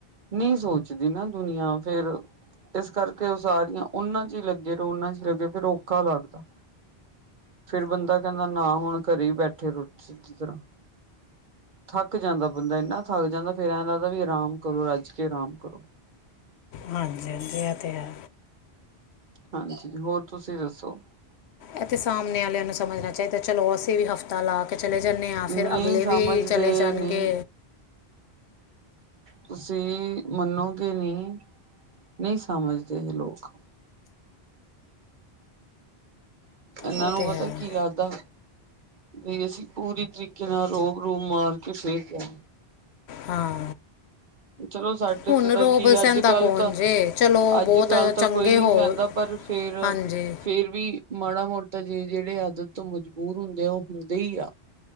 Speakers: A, on the right (about 50°); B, on the left (about 80°).
A: ਨਹੀਂ ਸੋਚਦੀ ਨਾ ਦੁਨੀਆਂ ਫੇਰ, ਇਸ ਕਰਕੇ ਉਹ ਸਾਰੀਆਂ ਉਹਨਾਂ 'ਚ' ਹੀ ਲੱਗੇ ਫਿਰ ਉਹਨਾਂ 'ਚ' ਲੱਗੇ ਫਿਰ ਔਖਾ ਲੱਗਦਾ। ਫਿਰ ਬੰਦਾ ਕਹਿੰਦਾ ਨਾ ਹੁਣ ਘਰੇ ਹੀ ਬੈਠੇ ਰੋਟੀ ਸਿੱਧੀ ਤਰ੍ਹਾਂ ਥੱਕ ਜਾਂਦਾ ਬੰਦਾ ਇੰਨਾ ਥੱਕ ਜਾਂਦਾ ਫੇਰ ਐਂ ਲੱਗਦਾ ਵੀ ਆਰਾਮ ਕਰੋ ਰੱਜ ਕੇ ਆਰਾਮ ਕਰੋ।
B: ਹਾਂਜੀ-ਹਾਂਜੀ ਐ ਤੈ ਹੈ
A: ਹਾਂਜੀ, ਹੋਰ ਤੁਸੀਂ ਦੱਸੋ?
B: ਇਹ ਤੇ ਸਾਹਮਣੇ ਵਾਲਿਆਂ ਨੂੰ ਸਮਝਣਾ ਚਾਹੀਦਾ ਚਲੋ ਅਸੀਂ ਵੀ ਹਫ ਪਤਾ ਲਾ ਕੇ ਚਲੇ ਜਾਣੇ ਆ
A: ਨਹੀਂ
B: ਫਿਰ ਅਗਲੇ
A: ਸਮਝਦੇ
B: ਵੀ ਚਲੇ ਜਾਣਗੇ
A: ਨਹੀਂ ਤੁਸੀਂ ਮੰਨੋਗੇ ਨਹੀਂ, ਨਹੀਂ ਸਮਝਦੇ ਇਹ ਲੋਕ। ਇਹਨਾਂ
B: ਉਹ
A: ਨੂੰ
B: ਤਾਂ
A: ਪਤਾ
B: ਹੈ
A: ਕੀ ਲੱਗਦਾ ਵੀ ਅਸੀਂ ਪੂਰੀ ਤਰੀਕੇ ਨਾਲ ਰੋਹਬ-ਰੂਹਬ ਮਾਰ ਕੇ ਫੇਰ <unintelligible>
B: ਹਾਂ।
A: ਚਲੋ ਸਾਡੇ
B: ਹੁਣ
A: ਤੇ ਤਾਂ
B: ਰੋਬ
A: ਕੀ
B: ਸਹਿੰਦਾ
A: ਅੱਜ-ਕੱਲ੍ਹ
B: ਕੌਣ
A: ਤਾਂ,
B: ਜੇ ਚਲੋ
A: ਅੱਜ-ਕੱਲ੍ਹ
B: ਬਹੁਤ
A: ਤਾਂ
B: ਚੰਗੇ
A: ਕੋਈ ਨੀ
B: ਹੋ
A: ਸਹਿੰਦਾ ਪਰ ਫੇਰ,
B: ਹਾਂਜੀ
A: ਫੇਰ ਵੀ ਮਾੜਾ-ਮੋਟਾ ਜੇ ਜਿਹੜੇ ਆਦਤ ਤੋਂ ਮਜਬੂਰ ਹੁੰਦੇ ਆ ਉਹ ਹੁੰਦੇ ਹੀ ਆ